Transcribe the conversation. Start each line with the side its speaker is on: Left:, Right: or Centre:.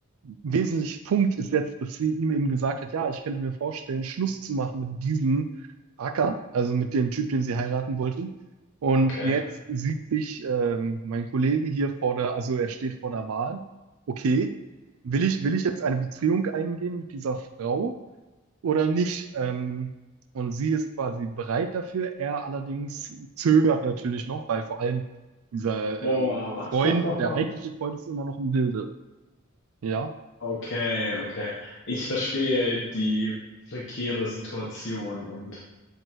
Right: wesentliche Punkt ist jetzt, dass sie ihm eben gesagt hat, ja, ich könnte mir vorstellen, Schluss zu machen mit diesem Acker, also mit dem Typ, den sie heiraten wollte. Und
Left: okay.
Right: jetzt sieht sich ähm, mein Kollege hier vor der, also er steht vor der Wahl, okay, will ich, will ich jetzt eine Beziehung eingehen mit dieser Frau oder nicht. Ähm, und sie ist quasi bereit dafür. Er allerdings zögert natürlich noch, weil vor allem dieser
Left: Boah.
Right: ähm, Freund,
Left: <laughs>
Right: der eigentliche Freund ist immer noch im Bilde. Ja,
Left: Okay, okay. Ich verstehe die prekäre Situation und